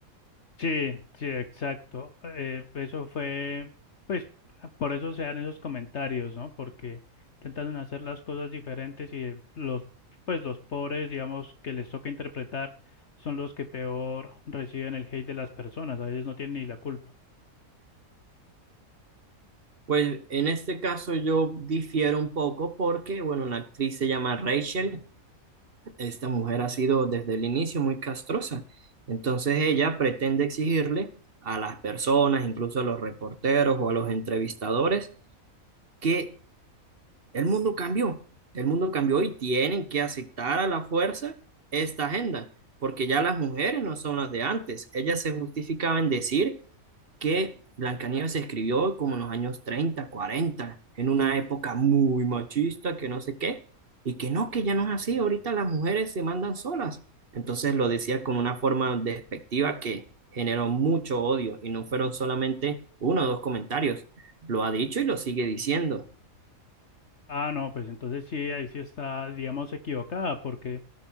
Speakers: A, on the left; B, on the right.
A: Sí, sí, exacto. Eh, eso fue, pues, por eso se dan esos comentarios, ¿no? Porque intentan hacer las cosas diferentes y los, pues, los pobres, digamos, que les toca interpretar, son los que peor reciben el hate de las personas. A veces no tienen ni la culpa.
B: Pues en este caso yo difiero un poco porque, bueno, la actriz se llama Rachel. Esta mujer ha sido desde el inicio muy castrosa. Entonces ella pretende exigirle a las personas, incluso a los reporteros o a los entrevistadores, que El mundo cambió, el mundo cambió y tienen que aceptar a la fuerza esta agenda, porque ya las mujeres no son las de antes. Ellas se justificaban decir que Blancanieves se escribió como en los años 30, 40, en una época muy machista, que no sé qué, y que no, que ya no es así. Ahorita las mujeres se mandan solas. Entonces lo decía con una forma despectiva que generó mucho odio y no fueron solamente uno o dos comentarios. Lo ha dicho y lo sigue diciendo.
A: Ah, no, pues entonces sí, ahí sí está, digamos, equivocada, porque